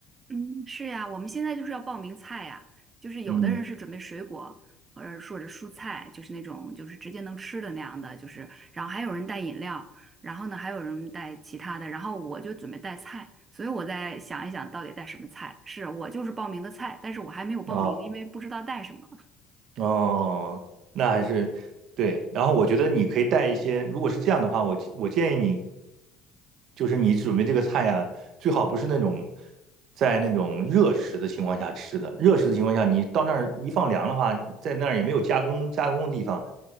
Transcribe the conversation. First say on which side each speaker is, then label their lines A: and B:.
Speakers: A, on the right (about 30°); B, on the right (about 55°).
A: 嗯，是呀，我们现在就是要报名菜呀，就是有的人是准备水果，
B: 嗯，
A: 或者说者蔬菜，就是那种就是直接能吃的那样的，就是然后还有人带饮料，然后呢还有人带其他的，然后我就准备带菜，所以我在想一想到底带什么菜。是我就是报名的菜，但是我还没有报名，
B: 啊、
A: 因为不知道带什么。
B: 哦，那还是对。然后我觉得你可以带一些，如果是这样的话，我我建议你，就是你准备这个菜啊，最好不是那种在那种热食的情况下吃的。热食的情况下，你到那儿一放凉的话，在那儿也没有加工加工的地方，